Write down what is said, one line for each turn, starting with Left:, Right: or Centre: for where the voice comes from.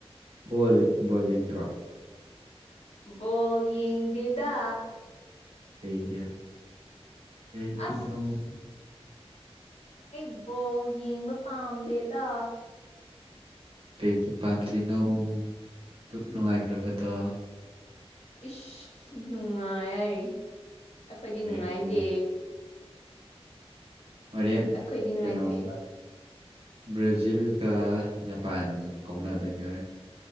Right: ꯕꯣꯜ ꯕꯣꯜ ꯌꯦꯡꯗ꯭ꯔꯣ
Left: ꯕꫭꯜ ꯌꯦꯡꯗꯦꯗꯥ
Right: ꯀꯩꯒꯤ ꯀꯩꯒꯤꯅꫭ
Left: ꯑꯁ ꯑꯩ ꯕꯣꯜ ꯌꯦꯡꯕ ꯄꯥꯝꯗꯦꯗ
Right: ꯀꯩꯒꯤ ꯄꯥꯝꯗ꯭ꯔꯤꯅꯧ ꯗꯨꯛ ꯅꯨꯡꯉꯥꯏꯈ꯭ꯔꯕꯗ
Left: ꯏꯁ ꯅꯨꯡꯉꯥꯏ ꯍꯥꯏꯔꯤ ꯑꯩꯈꯣꯏꯗꯤ ꯅꯨꯡꯉꯥꯏꯇꯦ
Right: ꯑꯦ ꯅꯨꯡꯉꯥꯏ ꯍꫭꯔꯦꯟ
Left: ꯑꯩꯈꯣꯏꯗꯤ ꯅꯨꯡꯉꯥꯏꯇꯦ
Right: ꯀꯩꯅꯣꯒ ꯕ꯭ꯔꯥꯖꯤꯜꯒ ꯖꯄꯥꯟꯒ ꯀꯧꯅꯗꯣꯏꯅꯤ ꯍꫭꯔꯦꯟ